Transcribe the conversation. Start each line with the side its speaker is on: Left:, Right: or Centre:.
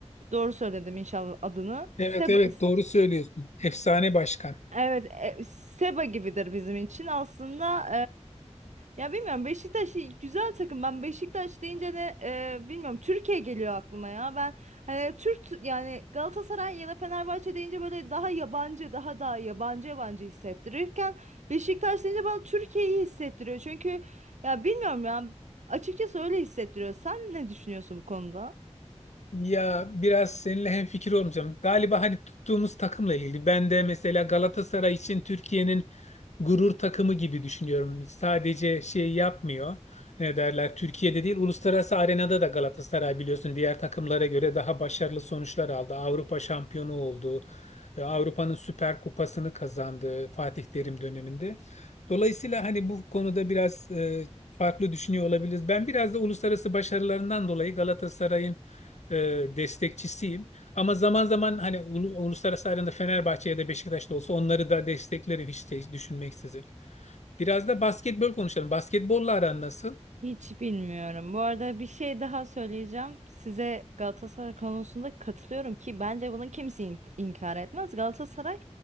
Right: Doğru söyledim inşallah adını.
Left: Evet
Right: Seba,
Left: evet doğru söylüyorsun. Efsane başkan.
Right: Evet, e, Seba gibidir bizim için aslında. e, ya bilmiyorum Beşiktaş iyi- güzel takım. Ben Beşiktaş deyince de e, bilmiyorum Türkiye geliyor aklıma ya. Ben hani Türk yani Galatasaray ya da Fenerbahçe deyince böyle daha yabancı, daha daha yabancı yabancı hissettirirken Beşiktaş deyince bana Türkiye'yi hissettiriyor. Çünkü ya bilmiyorum ya açıkçası öyle hissettiriyor. Sen ne düşünüyorsun bu konuda?
Left: Ya biraz seninle hemfikir olmayacağım. Galiba hani tuttuğumuz takımla ilgili. Ben de mesela Galatasaray için Türkiye'nin gurur takımı gibi düşünüyorum. Sadece şey yapmıyor. Ne derler? Türkiye'de değil, uluslararası arenada da Galatasaray biliyorsun diğer takımlara göre daha başarılı sonuçlar aldı. Avrupa şampiyonu oldu. E, Avrupa'nın Süper Kupası'nı kazandı Fatih Terim döneminde. Dolayısıyla hani bu konuda biraz e, farklı düşünüyor olabiliriz. Ben biraz da uluslararası başarılarından dolayı Galatasaray'ın e, destekçisiyim. Ama zaman zaman hani ulu- uluslararası arenada Fenerbahçe ya da Beşiktaş'ta olsa onları da desteklerim hiç şey düşünmeksizin. Biraz da basketbol konuşalım. Basketbolla aran nasıl?
Right: Hiç bilmiyorum. Bu arada bir şey daha söyleyeceğim. Size Galatasaray konusunda katılıyorum ki bence bunu kimse in- inkar etmez. Galatasaray